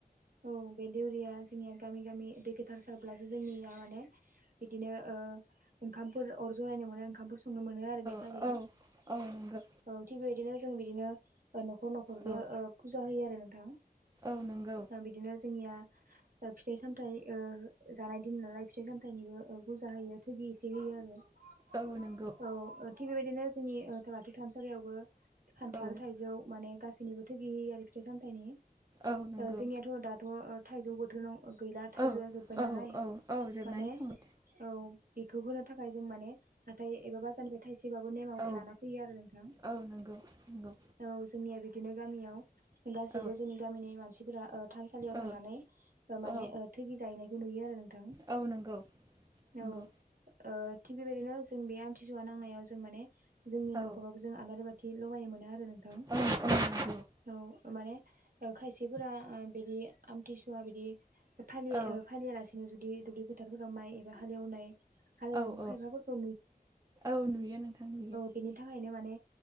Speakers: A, on the right; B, on the right.
A: औ। बे दउरिया जोंनिया गामि गामि दै गोथार सारब्लासो जोंनिया माने बिदिनो ओ ओंखामफोर अर जरायनो मोनो ओंखामफोर संनो मोनो आरो बे खालि।
B: औ औ औ नंगौ
A: थिग बेबायदिनो जों बिदिनो न'खर न'खरबो
B: औ
A: फुजा होयो आरो नोंथां।
B: औ नंगौ।
A: बिदिनो जोंनिया फिथाइ सामथायाइ जानाय दिन नालाय फिथाइ सामथायाइनिबो बुरजा होयो थगि एसे होयो आरो।
B: औ नंगौ
A: औ थिग बेबायदिनो जोंनि बाथौ थानसालियावबो खान्थाल
B: औ
A: थाइजौ माने गासैनिबोथ' गैयै आरो फिथाइ सामथाइनि
B: औ नंगौ
A: ओ जोंनियाथ' दाथ' थाइजौ बोथोराव गैला थाइजौआ
B: औ
A: जोब्बाय नालाय
B: औ औ औ जोबनानै
A: माने
B: थांबाय
A: औ बेखौ होनो थाखाय जों माने हाथाय एबा बाजारनिफ्राय थाइसेबाबो नेमाव
B: औ
A: लाना फैयो आरो नोंथां।
B: औ नंगौ नंगौ
A: औ जोंनिया बिदिनो गामियाव गासैबो
B: औ
A: जोंनि गामिनि मानसिफोरा ओ थानसालियाव थांनानै
B: औ
A: माने
B: औ
A: थैगि जाहैनायखौ नुयो आरो। नोंथां
B: औ नंगौ नंगौ
A: औ ओ थिग बेबायदिनो जों बे आमथिसुवा नांनायाव जों माने जोंनि
B: औ
A: न'खराव जों आलारि बाथि लगायो मोन आरो नोंथां
B: औ औ नंगौ
A: औ माने खायसेफोरा ओ बिदि आमथिसुवा बिदि फलि
B: औ
A: फालियालासे जुदि दुब्लि फोथारफोराव माइ एबा हालेवनाय हालेवनायखौ
B: औ औ
A: खायफा
B: औ नुयो नोंथां नुयो
A: बेनि थाखायनो माने